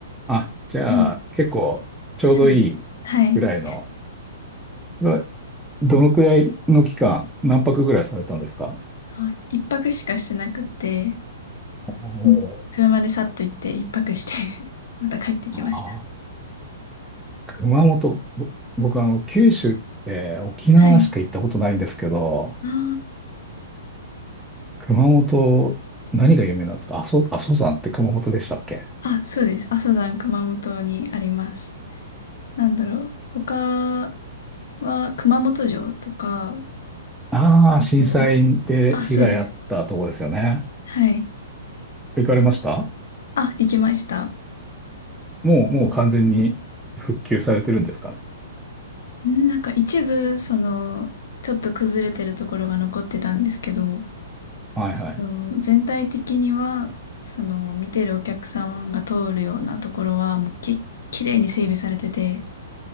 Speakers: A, in the centre; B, on the left.
A: あ、じゃあ結構ちょうどいいぐらいの、
B: うん。すぐ。はい。
A: それはどのくらいの期間、何泊ぐらいされたんですか
B: はい。一泊しかしてなくて、
A: お
B: うん車でさっと行って一泊して
A: ー
B: <laughs> また帰ってきました。
A: あ熊本、ぼ僕あの、九州って沖縄しか行ったことないんですけど、
B: はい。あ
A: 熊本、何が有名なんですか阿蘇、阿蘇山って熊本でしたっけ
B: あ。あ、そうです。阿蘇山熊本にあります。なんだろう。他は熊本城とか、
A: ああー、
B: えっと、
A: 震災で被害あったとこですよね。
B: あ、そうです。はい。
A: 行かれました
B: それ、あ、行きました。
A: もう、もう完全に復旧されてるんですかね。
B: んなんか一部、その、ちょっと崩れてるところが残ってたんですけど、
A: はいはい。
B: その全体的には、その、見てるお客さんが通るようなところは、もうき、綺麗に整備されてて、